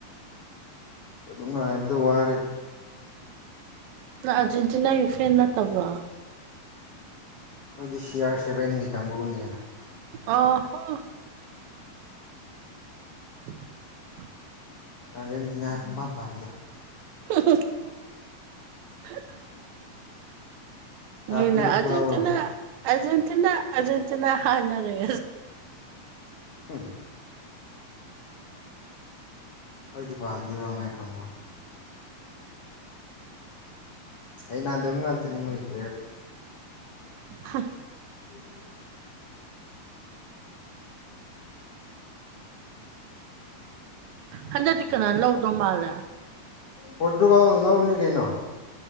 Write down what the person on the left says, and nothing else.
ꯑꯗꯨ ꯉꯥꯏꯕꯗ ꯋꯥꯔꯦ
ꯑꯩꯈꯣꯏꯗꯤ ꯁꯤ ꯑꯥꯔ ꯁꯕꯦꯟꯒꯤ ꯀꯥꯡꯕꯨꯅꯦ
ꯑꯥꯔꯖꯦꯟꯇꯤꯅꯥ ꯁꯨꯛꯄꯥꯝ ꯄꯥꯝꯗꯦ
ꯄꯩꯁꯥ
ꯄꯤꯔꯁꯨ
ꯂꯧꯔꯣꯏ
<unintelligible> ꯑꯈꯣꯏꯗꯤ ꯄꯥꯝꯗꯦꯕ ꯃꯣꯏ ꯀꯥꯡꯒꯨ ꯍꯩꯅꯥꯗꯕ ꯉꯥꯛꯇꯅꯤ ꯃꯣꯏꯒꯤ
<unintelligible>
ꯄꯣꯔꯇꯨꯒꯜ ꯅꯧꯅꯤ ꯀꯩꯅꯣ